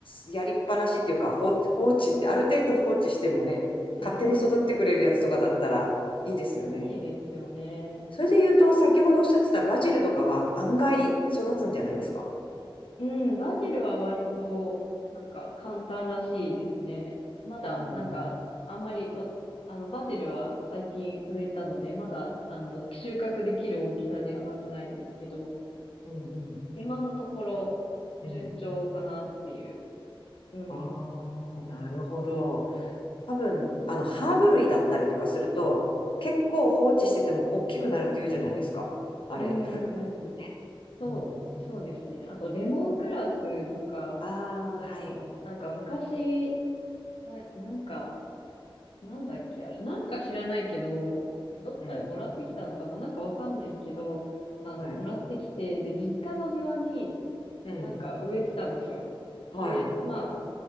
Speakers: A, on the left (about 65°); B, on the left (about 85°).
A: やりっぱなしっていうか、放、放置って、ある程度放置してもね、
B: うん。
A: 勝手に育ってくれるやつとかだったらいいですよね。
B: いいですよね。
A: それで言うと、先ほどおっしゃってたバジルとかは案外育つんじゃないですか。
B: うん、バジルは割と、なんか簡単らしいですね。まだ、
A: うん。
B: なんか、あんまり、わあの、バジルは最近植えたので、まだ、あの、収穫できる大きさにはなってないんですけど、
A: うん、うん、
B: 今のところ、
A: うん。
B: 順調かなっていう。うん。
A: あ
B: う
A: あ、なるほど。多分、あの、ハーブ類だったりとかすると、結構放置してても大きくなるっていうじゃないですか。あれ、
B: ーん。
A: フレね。
B: そう、
A: うん。
B: そうですね。あと、レモングラスとか
A: あ
B: を、
A: あ、はい。
B: なんか昔、な、なんか、なんだっけ、あれ。なんか知らないけど、どっかでもらってきたのかななんかわかんないけど、
A: うん。
B: あの、
A: はい。
B: もらってきて、で、実家の庭に
A: うん。
B: なんか植えてたんですよ。
A: はい。
B: で、ま